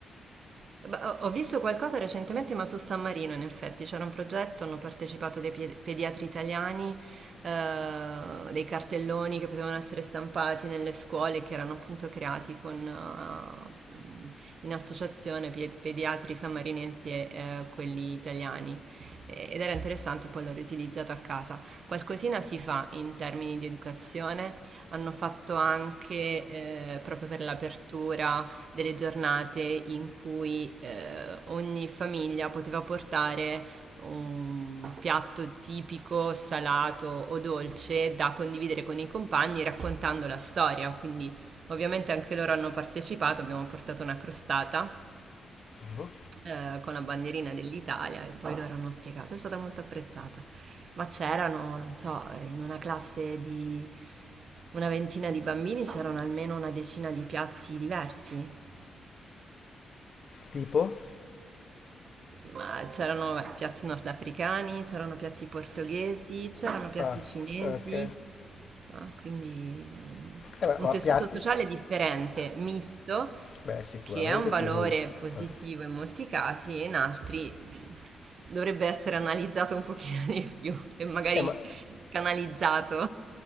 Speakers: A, on the right; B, on the left.
A: Beh, Ho ho visto qualcosa recentemente, ma su San Marino, in effetti, c'era un progetto, hanno partecipato dei pie- pediatri italiani, eh, dei cartelloni che potevano essere stampati nelle scuole, che erano appunto creati con, eh, in associazione pie- pediatri sammarinensi e eh, quelli italiani. E- Ed era interessante, poi l'ho riutilizzato a casa. Qualcosina si fa in termini di educazione, hanno fatto anche eh, proprio per l'apertura delle giornate in cui eh, ogni famiglia poteva portare un piatto tipico, salato o dolce da condividere con i compagni raccontando la storia. Quindi ovviamente anche loro hanno partecipato, abbiamo portato una crostata
B: Mhm.
A: eh, con la bandierina dell'Italia e poi loro hanno spiegato, è stata molto apprezzata. Ma c'erano, non so, eh, in una classe di una ventina di bambini c'erano almeno una decina di piatti diversi
B: Tipo?
A: Ma c'erano beh, piatti nordafricani, c'erano piatti portoghesi, c'erano piatti
B: Ah,
A: cinesi,
B: ok.
A: ah, quindi um,
B: Eh, ma,
A: un
B: ma
A: tessuto
B: piatti?
A: sociale differente, misto,
B: Beh, sicuramente
A: che è un valore
B: più misto.
A: positivo
B: Ah.
A: in molti casi e in altri dovrebbe essere analizzato un pochino <laughs> di più e magari
B: Eh, ma
A: canalizzato.